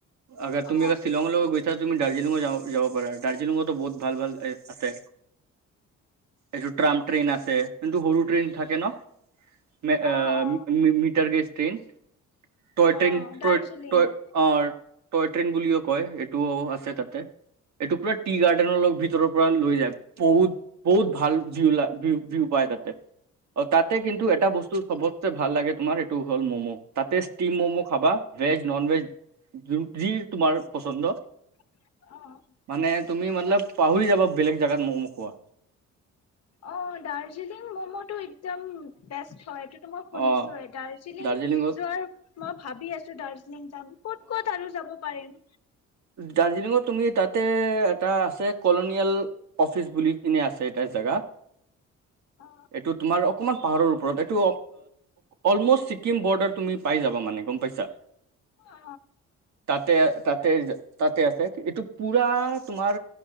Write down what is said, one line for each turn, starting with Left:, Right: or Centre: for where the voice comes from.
Right: আগাৰ,
Left: অ
Right: তুমি আগৰ চিলঙলৈও গৈছা তুমি দাৰ্জিলিংও যাব পাৰা। দাৰ্জিলিঙতো বহুত ভাল, ভাল <unintelligible> আছে। এইটো ট্ৰাম্প ট্ৰেইন আছে। কিন্তু সৰু ট্ৰেইন থাকে ন' মে আ
Left: অ অ
Right: মিটাৰ গেছ ট্ৰেইন টয়
Left: অ
Right: ট্ৰেইন। Toy,
Left: দাৰ্জিলিঙত
Right: toy. অ' টয় ট্ৰেইন বুলিও কয়। এইটোও আছে তাতে। এইটো পুৰা টি গাৰ্ডেনৰ ভিতৰৰ পৰা লৈ যায়। বহুত, বহুত ভাল যিবিলাক ভিউ-ভিউ পায় তাতে। অ', তাতে কিন্তু এটা বস্তু চবতছে ভাল লাগে তোমাৰ। এইটো হ'ল মম' তাতে ষ্টিম মম' খাবা। ভেজ, নন-ভেজ, যি তোমাৰ পচন্দ
Left: অ'।
Right: মানে তুমি মতলব পাহৰি যাবা বেলেগ জেগাত ম'ম' খোৱা
Left: অ', দাৰ্জিলিং মম'টো একদম বেষ্ট হয়টো মই
Right: অ
Left: শুনিছো এ দাৰ্জিলিং
Right: দাৰ্জিলিঙত
Left: যোৱাৰ মই ভাবি আছো। <unintelligible> যাম, ক'ত ক'ত আৰু যাব পাৰিম?
Right: দাৰ্জিলিঙত তুমি তাতে এটা আছে কলনিয়েল অফিচ বুলি কিনে আছে এটা জেগা।
Left: অ
Right: এইটো তোমাৰ অকণমান পাহাৰৰ ওপৰত এইটো অলমষ্ট ছিকিম বৰ্ডাৰ তুমি পাই যাবা মানে গম পাইছা।
Left: অ
Right: তাতে তাতে তে
Left: অ
Right: তাতে আছে। এইটো পুৰা তোমাৰ